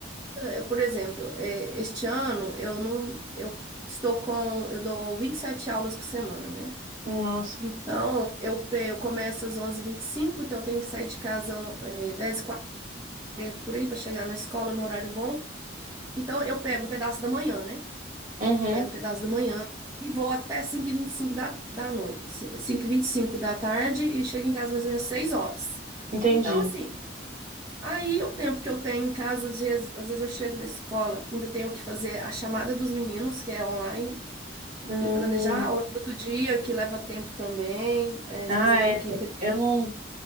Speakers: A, on the right; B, on the right.
A: é, eu, por exemplo, é, este ano eu não, eu estou com, eu dou 27 aulas por semana, né?
B: nossa.
A: Então, eu, pe- eu começo às onze e vinte e cinco então eu tenho que sair de casa um, é, 10h40 por aí para chegar na escola no horário bom. Então, eu pego um pedaço da manhã, né?
B: Uhum,
A: Pego um pedaço da manhã e vou até cinco e vinte e cinco da, da noite. ci- cinco e vinte e cinco da tarde e chego em casa mais ou menos 6 horas.
B: entendi.
A: Então, assim, aí o tempo que eu tenho em casa, às vezes, às vezes eu chego da escola, ainda tenho que fazer a chamada dos meninos, que é online,
B: Hum,
A: e planejar a aula para outro dia, que leva tempo também. Às
B: ah,
A: vezes eu tenho
B: é,
A: que
B: eu não